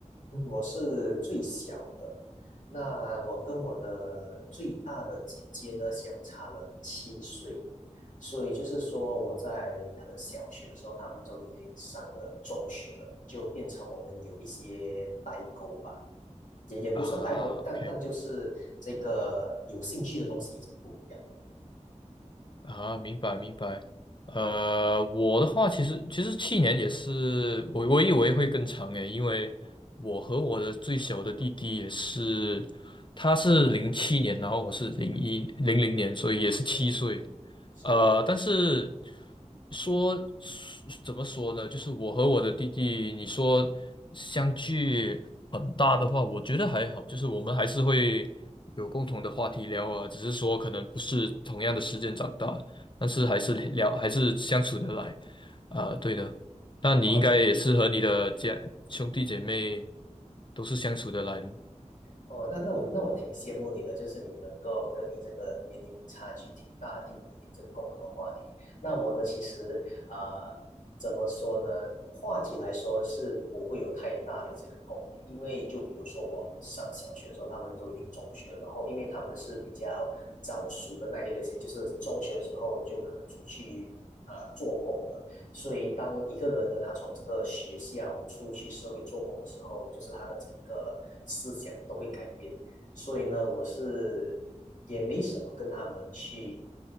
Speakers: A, on the left; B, on the left.
A: 嗯，我是最小的，那我跟我的最大的姐姐呢相差了七岁，所以就是说我在可能小学的时候，他们就已经上了中学了，就变成我们有一些代沟吧，也也不算代沟，
B: 啊，OK。
A: 但但就是这个有兴趣的东西已经不一样了。
B: 啊，明白明白。呃，我的话其实其实去年也是，我我以为会更长诶，因为我和我的最小的弟弟也是，他是零七年，然后我是零一零零年，所以也是七岁。
A: 嗯，是
B: 呃，但是说怎么说呢？就是我和我的弟弟，你说相距很大的话，我觉得还好，就是我们还是会有共同的话题聊啊，只是说可能不是同样的时间长大，但是还是聊，还是相处得来啊，对的。那你应该也是和你的家兄弟姐妹
A: 啊，那。
B: 都是相处得来的
A: 哦，那那我那我挺羡慕你的，就是你能够跟你这个年龄差距挺大的弟弟有这个共同的话题。那我呢，其实呃，怎么说呢？话题来说是不会有太大的这个共鸣，因为就比如说我上小学的时候，他们都已经中学了，然后因为他们是比较早熟的那一类型，就是中学的时候就可能出去呃做工了。所以，当一个人呢，他从这个学校出去社会做工的时候，就是他的整个思想都会改变。所以呢，我是也没什么跟他们去